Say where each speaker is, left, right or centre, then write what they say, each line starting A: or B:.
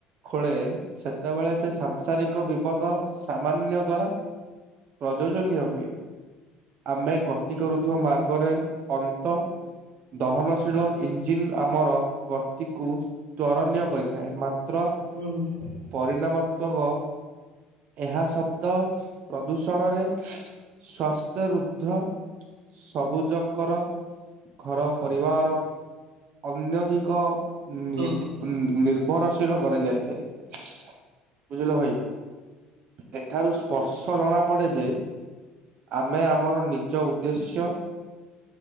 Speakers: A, on the right; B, on the right.
A: ଖୋଳେ ସେତେବେଳେ ସେ ସାଂସାରିକ ବିପଦ ସାମାନ୍ୟ ଦ୍ଵାରା ପ୍ରଯୋଜନୀୟ ହୁଏ ଆମେ ଗ ଗତି କରୁଥିବା
B: ହୁଁ
A: ମାର୍ଗରେ ଅନ୍ତ ଦହନଶୀଳ ଇ ଜିନ୍ ଆମର ଗତିକୁ ତ୍ୱରନୀୟ କରିଥାଏ ମାତ୍ର
B: ଉ, ହୁଁ।
A: ପରିଣାମାତ୍ମକ ଏହା ଶବ୍ଦ ପ୍ରଦୂଷଣରେ ସ୍ୱାସ୍ଥ୍ୟ ରୁଦ୍ଧ ସବୁଜକର ଘର ପରିବାର ଅନ୍ୟଧିକ ନି
B: ହୁଁ
A: ନି ନିର୍ଭରଶୀଳ କରାଯାଇଥାଏ ବୁଝିଲ ଭାଇ। ଏଠାରୁ ସ୍ପର୍ଶ ଜଣା ପଡେ ଯେ ଆମେ ଆମର ନି ନିଜ ଉଦ୍ଦେଶ୍ୟ